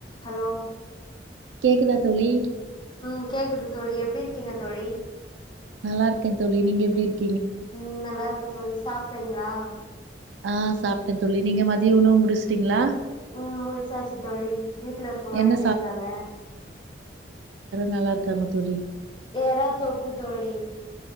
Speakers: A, on the left; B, on the right.
A: Hello
B: கேக்குதா தோழி
A: உம் கேக்குது தோழி எப்டி இருக்கீங்க தோழி
B: நல்லா இருக்கே தோழி நீங்க எப்டி இருக்
A: ம் நல்லாருக்க தோழி சாப்ட்டீங்களா
B: ஆ சாப்பிட்டே தோழி நீங்க மதிய உணவு முடிச்டீங்ளா
A: ம் முடிச்சாச்சி தோழி வீட்டுல இருக்கவங்களா
B: என்ன
A: எப்டி இருக்காங்க
B: நல்லாருக்காங்க தோழி
A: எற தொக்கு தோழி